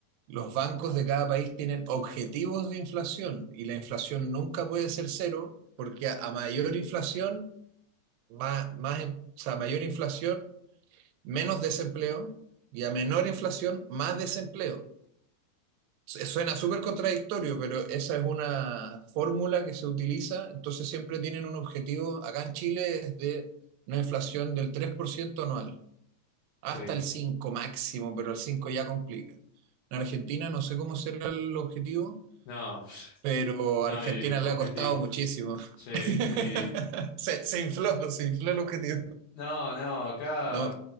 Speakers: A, on the right; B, on the left.
A: los bancos de cada país tienen objetivos de inflación y la inflación nunca puede ser cero porque a, a mayor inflación, más, más, em- o sea, a mayor inflación, menos desempleo y a menor inflación, más desempleo. Su- Suena súper contradictorio, pero esa es una fórmula que se utiliza. Entonces siempre tienen un objetivo, acá en Chile es de una inflación del 3% anual. Hasta
B: sí.
A: el 5 máximo, pero el 5 ya complica. En Argentina no sé cómo será el objetivo,
B: No.
A: pero
B: No,
A: a Argentina
B: y objetivos.
A: le ha costado muchísimo.
B: Sí, y
A: <laughs> Se, se infló, se infló el objetivo.
B: no, no, acá
A: No,